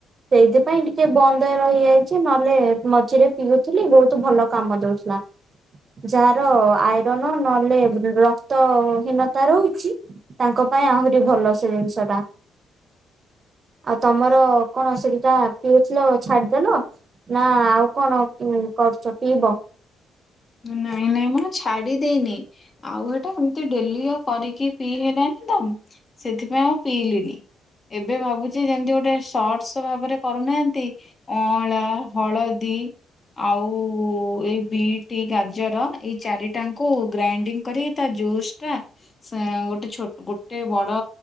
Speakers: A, on the right (about 45°); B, on the left (about 35°).
A: ସେଇଥିପାଇଁ ଟିକେ ବନ୍ଦ ରହିଯାଇଛି ନହେଲେ ମଝିରେ ପିଉଥିଲି ବହୁତ୍ ଭଲ କାମ ଦଉ ଲା ଯାହାର ଆଇରନ୍ ନହେଲେ ରକ୍ତ ହୀନତା ରହୁଛି। ତାଙ୍କ ପାଇଁ ଆହୁରି ଭଲ ସେଜିନିଷ ଟା। ଆଉ ତମର କଣ ସେଠିଟା ପିଉଥିଲ ଛାଡିଦେଲ? ନା ଆଉ କଣ କରୁଛ ପିଇବ?
B: ନାଇଁ ନାଇଁ ମୋ ଛାଡ଼ି ଦେଇନି ଆଉ ହେଟା ଏମତି ଡେଲି ଆଉ କରିକି ପିଇହଲାନି ତ ସେଥିପାଇଁ ଆଉ ପିଇଲିନି। ଏବେ ଭାବୁଛି ଯେମିତି ଗୋଟେ ସର୍ଟସ୍ ଭାବରେ କରୁନାହାନ୍ତି। ଅଁଳା ହଳଦୀ ଆଉ ଏଇ ବିଟ୍ ଟି ଗାଜର ଏଇ ଚାରିଟାଙ୍କୁ ଗ୍ରାଇଣ୍ଡିଙ୍ଗ କରି ତାଜୁସ୍ ଟା ସା ଗୋଟେ ୋଟ ଗୋଟେ ବଡ଼